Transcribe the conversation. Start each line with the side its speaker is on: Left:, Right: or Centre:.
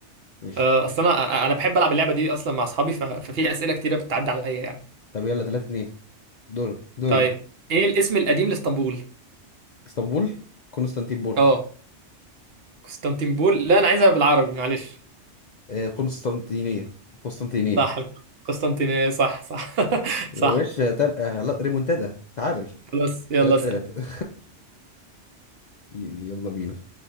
Left: ماشي
Right: آه، اصل انا انا بحب العب اللعبة دي اصلا مع اصحابي ف... ففي اسئلة كتيرة بتعدي عليا يعني
Left: طب يلا 3 2 دور دوري
Right: طيب ايه الاسم القديم لاسطنبول
Left: اسطنبول قسطنطينبول
Right: اه قسطنطينبول لا انا عايزها بالعربي معلش
Left: آه، القسطنطينية قسطنطينية
Right: صح القسطنطينية صح صح <laughs>
Left: يا
Right: صح
Left: باشا تبقى غلط ريمونتادا تعادل
Right: خلاص يلا
Left: تلاتة
Right: اسأل
Left: تلاتة <laughs> ي- يلا بينا